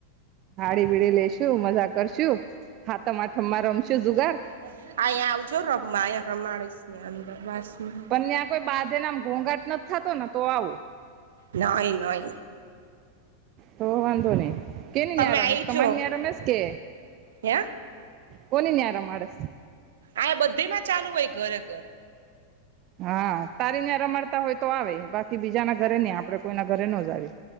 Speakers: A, on the right; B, on the right.
A: હાડી-બીડી લઈસુ મજા કરશું સાતમ-આઠમ માં રમીશું જુગાર
B: આ અહીંયા આવજો રમવા આયા રમાડેશે ની અંદરવાસમાં
A: પણ ત્યાં કોઈ બાધેને આમ ઘોંઘાટ નથી થતો ને તો આવો
B: નઈ નઈ
A: તો વાંધો નહી કેને
B: તમે
A: ત્યાં રમેસે
B: આવીજો
A: તમાર ત્યાં રમેશ કે
B: હે
A: કોની ત્યાં રમાડે
B: આયા બધી માં ચાલુ હોય ઘરે ઘરે
A: હા તારી ત્યાં રમાડતા હોય તો આવે બાકી બીજા ના ઘરે નહી આપડે કોઈના ઘરે નો જાવી